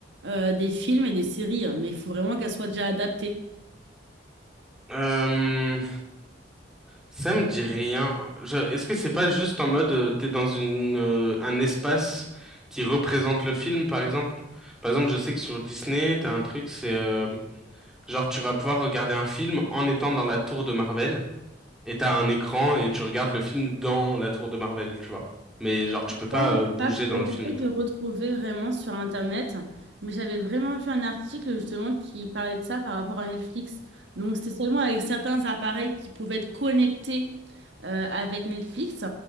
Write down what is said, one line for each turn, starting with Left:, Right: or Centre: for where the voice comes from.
Right: euh, des films et des séries, hein, mais il faut vraiment qu'elles soient déjà adaptées.
Centre: Euh, Ça me dit rien. Je- Est-ce que c'est pas juste en mode euh, t'es dans une euh, un espace qui représente le film, par exemple? Par exemple, je sais que sur Disney, t'as un truc, c'est euh, genre tu vas pouvoir regarder un film en étant dans la tour de Marvel et t'as un écran et tu regardes le film dans la tour de Marvel, tu vois. Mais genre tu peux pas
Right: semble
Centre: euh, bouger
Right: pas, faudrait
Centre: dans le
Right: que j'essaie
Centre: film et
Right: de
Centre: tout.
Right: retrouver vraiment sur Internet. Mais j'avais vraiment vu un article justement qui parlait de ça par rapport à Netflix. Donc c'était seulement avec certains appareils qui pouvaient être connectés euh, avec Netflix.